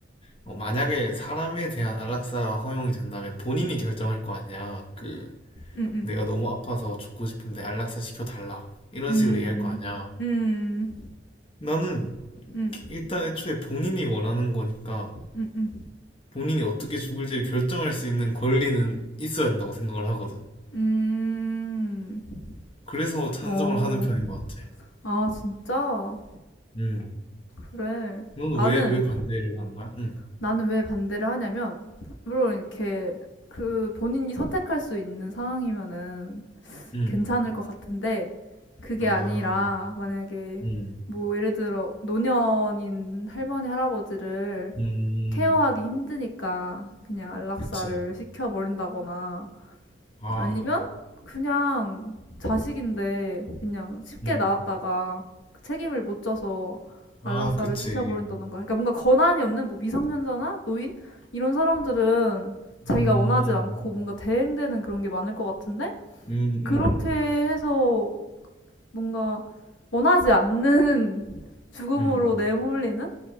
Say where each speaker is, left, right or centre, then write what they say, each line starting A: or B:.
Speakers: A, on the left (about 30°); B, on the left (about 80°).
A: 어, 만약에 사람에 대한 안락사가 허용이 된다면 본인이 결정할 거 아니야. 그
B: 응응
A: 내가 너무 아파서 죽고 싶은데 안락사 시켜달라. 이런
B: 응
A: 식으로 얘기할
B: 음.
A: 거 아니야.
B: 음.
A: 나는
B: 음.
A: 일단 애초에 본인이 원하는 거니까
B: 음.
A: 본인이 어떻게 죽을지를 결정할 수 있는 권리는 있어야 된다고 생각을 하거든.
B: 음. 음.
A: 그래서 찬성을
B: 어.
A: 하는 편인 것 같아.
B: 아, 진짜?
A: 음.
B: 그래.
A: 너는
B: 나는
A: 왜, 왜 반대를 하는 거야? 음.
B: 나는 왜 반대를 하냐면, 물론 이렇게 그 본인이 선택할 수 있는 상황이면은
A: 음.
B: 괜찮을 것 같은데, 그게
A: 아,
B: 아니라 만약에
A: 음.
B: 뭐 예를 들어 노년인 할머니 할아버지를
A: 음.
B: 케어하기 힘드니까 그냥 안락사를
A: 그치.
B: 시켜버린다거나
A: 아,
B: 아니면 그냥 자식인데 그냥 쉽게
A: 음.
B: 낳았다가 그 책임을 못 져서 안락사를
A: 아, 그치.
B: 시켜버린다던가. 그러니까 뭔가 권한이 없는 뭐 미성년자나 노인 이런 사람들은 자기가
A: 음.
B: 원하지 않고 뭔가 대행되는 그런 게 많을 것 같은데
A: 음,
B: 그렇게
A: 음.
B: 해서 뭔가 원하지 않는 <laughs> 죽음으로
A: 음.
B: 내몰리는